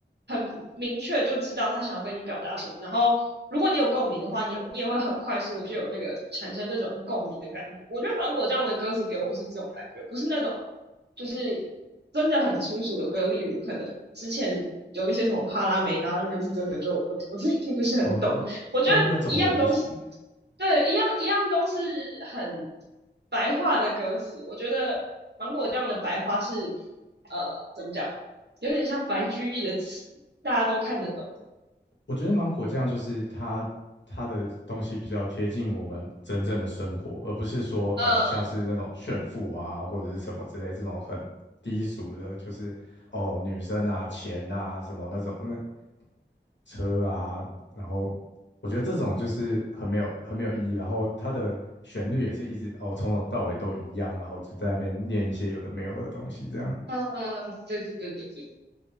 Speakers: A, on the right; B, on the left.
A: 很明确就知道他想要跟你表达什么，然后如果你有共鸣的话，你你也会很快速的就有那个产生那种共鸣的感觉。我觉得芒果酱的歌词给我是这种感觉，不是那种就是真的很粗俗的歌，例如可能之前有一些什么帕拉梅拉那个是真的就我我己听不是很懂，
B: 哦，
A: 我觉得一样都是
B: 那那种我也不行。
A: 对一样一样都是很白话的歌词，我觉得芒果酱的白话是呃怎么讲？有点像白居易的词，大家都看得懂。
B: 我觉得芒果酱就是它它的东西比较贴近我们真正的生活，而不是说呃像是那种炫富啊或者是什么之类这种很低俗的，
A: 呃
B: 就是哦女生啊钱啊什么那种嗯车啊，然后我觉得这种就是很没有很没有意义，然后它的旋律也是一直哦从头到尾都一样，然后就在那边念一些有的没有的东西这样。
A: 呃，对对对对对。